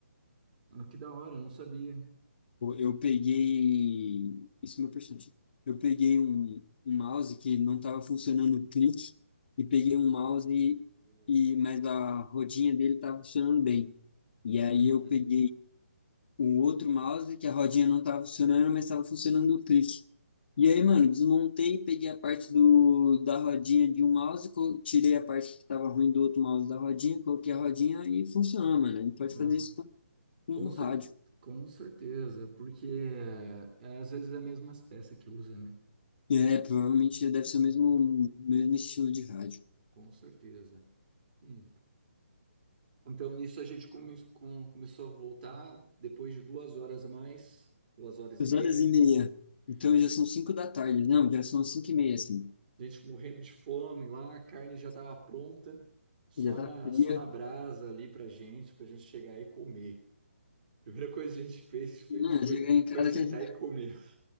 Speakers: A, on the right (about 35°); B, on the left (about 45°).
A: Ah, que da hora, não sabia.
B: Eu, eu peguei, isso é meu personagem. Eu peguei um, um
A: Bom,
B: mouse que não estava funcionando o clique e peguei um mouse e,
A: eu acho.
B: e mas a rodinha dele estava funcionando bem. E aí
A: Uhum.
B: eu peguei o outro mouse, que a rodinha não tava funcionando, mas tava funcionando o clique. E aí, mano, desmontei, peguei a parte do, da rodinha de um mouse, co- tirei a parte que tava ruim do outro mouse da rodinha, coloquei a rodinha e funciona, mano. A gente pode
A: Ó,
B: fazer isso com, com
A: com
B: o
A: cer
B: rádio.
A: com certeza, porque é, às vezes é a mesma peça que usa, né?
B: É, provavelmente deve ser
A: Uhum.
B: o mesmo, mesmo estilo de rádio.
A: Com certeza. Hum. Então, nisso a gente come- com- começou a voltar depois de duas horas a mais, duas horas
B: Duas
A: e meia.
B: horas e meia. Então
A: A gen-
B: já são cinco da tarde. Não, já são cinco e meia, assim.
A: a gente morrendo de fome lá, a carne já estava pronta, só
B: Já tá
A: na,
B: fria.
A: só na brasa ali pra gente, pra gente chegar e comer. A Primeira coisa que a gente fez foi,
B: Não,
A: a gente foi,
B: chegar em casa
A: foi sentar
B: que a gente...
A: e comer.